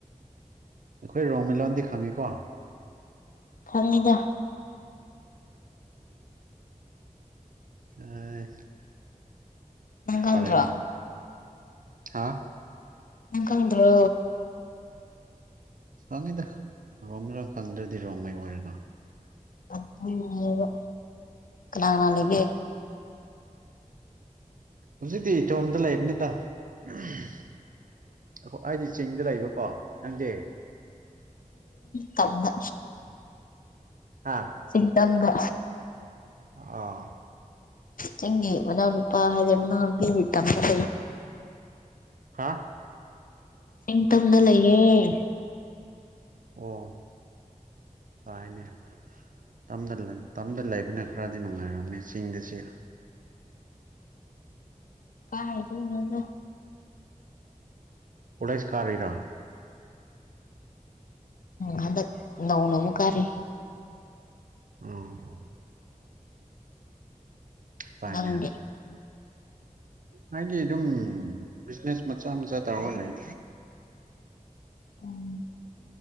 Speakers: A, on the right (about 75°); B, on the left (about 75°).
A: ꯑꯩꯈꯣꯏ ꯔꯣꯃꯦꯂꯣꯟꯣꯟꯗꯤ ꯈꯪꯉꯤꯀꯣ
B: ꯐꯪꯉꯗ
A: ꯑ
B: ꯅꯪ ꯈꯪꯗ꯭ꯔꯣ
A: ꯄꯔꯥꯏꯅꯦ ꯍꯥꯥ
B: ꯅ ꯀꯗ꯭ꯔꯣ
A: ꯈꯪꯉꯤꯗ ꯔꯣꯝꯔ ꯈꯪꯗ꯭ꯔꯗꯤ ꯔꯣꯝꯉꯩ ꯑꯣꯏꯔꯦꯀꯣ
B: ꯑꯄꯥ ꯂꯅꯥ ꯂꯩꯒꯦ
A: ꯍꯧꯖꯤꯛꯇꯤꯇꯣꯝꯗ ꯂꯩꯕꯅꯤꯗ ꯑꯩ ꯑꯩꯗꯤ ꯆꯤꯡꯗ ꯂꯩꯕꯀꯣ ꯅꯪꯗꯤ
B: ꯇꯝꯗ
A: ꯍꯥ
B: ꯁꯤꯇꯝꯗ
A: ꯑꯥ
B: ꯆꯪꯒ ꯃꯅ ꯑꯣ ꯄꯥ ꯍꯥꯏꯖ ꯃꯅ ꯇ ꯐꯔ ꯂꯩ
A: ꯑ
B: ꯌꯦ ꯇꯗ ꯂꯩꯌꯦꯦ
A: ꯑꯣ ꯀꯥꯏꯅꯦ ꯇꯝꯗꯜꯂꯅꯤ ꯃꯇꯝꯗ ꯂꯩꯕꯅ ꯈꯔꯗꯤ ꯅꯨꯡꯉꯥꯏꯔꯝꯅꯤ ꯆꯤꯡꯗꯁ
B: ꯀꯥꯏꯥꯏꯗ ꯏꯩꯅꯗ
A: ꯀꯣꯂꯦꯖ ꯀꯥꯔꯤꯔꯥ
B: ꯍꯟꯗꯛ ꯅꯧꯅ ꯑꯃꯨꯛ ꯀꯥꯔꯤ
A: ꯑꯝ ꯄꯅ
B: ꯅꯪꯗꯤ
A: ꯍꯥꯏꯗꯤ ꯑꯗꯨꯝ ꯕꯤꯖꯤꯅꯦꯁ ꯃꯆꯥ ꯃꯆꯥ ꯇꯧꯔꯒ ꯂꯩ
B: ꯎꯝ